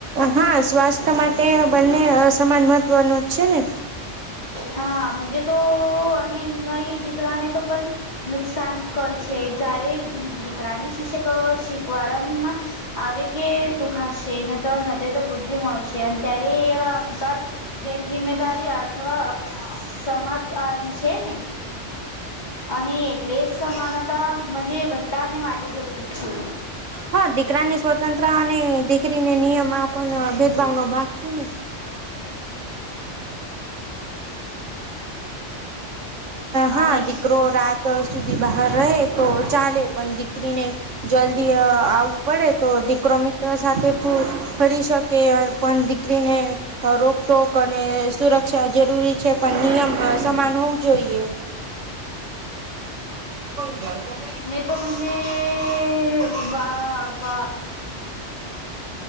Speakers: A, on the right (about 85°); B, on the left (about 35°).
A: હા સ્વાસ્થ્ય માટે બંને સમાન મહત્વ ન જ છે ને
B: હાજે તો અને નઈ દીકરાને તો પણ નુકસાન કર છે જ્યારે દીકરાને શિક્ષકો શીખવાડમાં આવી કે તું ખાસશે ન તો તો બુદ્ધિ મળશે અને ત્યારે એવા અહંકાર ગેરજિમ્મેદારી અથવા સમાત આ વિશે ને અને એટલે જ સમાનતાજ બધધા ને માટેટી જરૂરી છે
A: હા દીકરાની સ્વતંત્ર અને દીકરીને નિયમ આપનો ભેદભાવ નો ભાગ છે ને હા
B: અને
A: દીકરો રાત સુધી બહાર રહે તો ચાલે પણ દીકરીને જલ્દી અ આવું પડે તો દીકરો મિત્ર સાથે ફરી શક કે અ પણ દીકરીને અ રોકટોક અને સુરક્ષા જરૂરી છે પણ નિયમ અ સમાન હોવું જોઈએ. પણ ગકોને <unintelligible>
B: જે વા વા